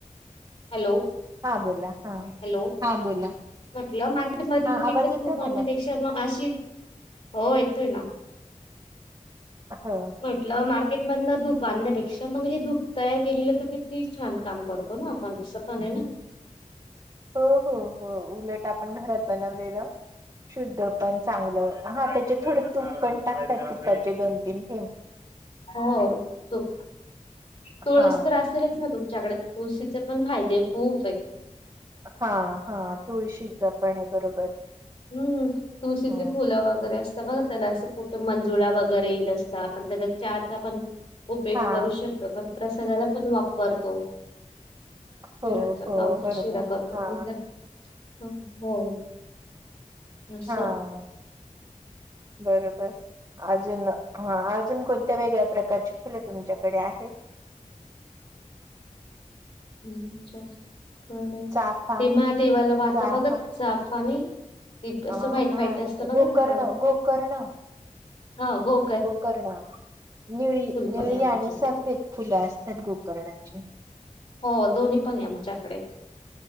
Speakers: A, on the left; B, on the right.
A: हॅलो
B: हा बोला हा
A: हॅलो..
B: हा बोला
A: म्हटलं मार्केट मधून
B: हा
A: विकत
B: आवाज येतोय
A: फूट आणण्यांपेक्षा
B: मला
A: षडम अशी हो येतोय नां.
B: हो.
A: म्हटलं मार्केटमधून धूंप आणण्यांपेक्षा मंग जे धूंप तयार केलेलं होतं की ती छान कामं करतों ना आपणं असं पणं आहे नां.
B: हो हो हो उलटं आपणं घरांत बनवलेलं शुद्ध पणं चांगलं हां त्यांच्यात थोडे तूप पणं टाकतांत तुपाचे दोन तीनं थेंब.
A: हो तोच तुळस
B: हा
A: तरं असेलच ना तुमच्यांकडे? तुळशीचे पणं फायदे खूंप आहेत.
B: हां हां तुळशीच पणं आहे बरोबर.
A: हम्म तुळशीची
B: ह
A: फुलं वगैंरें असं बघा त्यांला असं कुठं मंजुळा वगैंरे येईल असतां आपणं त्यांच्यात चहाचा पणं उपयोग
B: हा
A: करूं शकतो कारण प्रसादाला पणं वापरतो. शिऱ्यांचा
B: हो हो
A: गावं
B: बरोबर
A: शिरा करतो
B: हा
A: त्यांत पणं हो. असं.
B: हां बरोबर. अजून हा अजून कोणत्यां वेगळ्यां प्रकारचीं फुलं तुमच्यांकडे आहेत?
A: पेरूच्या कडे
B: चाफा
A: ते महादेवाला वाहता
B: चाफा
A: बघा ते चाफा नाहीं ते असं
B: अ
A: वाईट
B: महा
A: वाईट असतं बघा
B: गोकर्ण
A: नां तो
B: गोकर्ण
A: हो गो
B: गोकर्ण निळी निळी
A: पण आहे आमचं
B: आणि सफेद फुलं असतांत गोकर्णाची.
A: हो दोन्हीं पणं आहे आमच्यांकडे.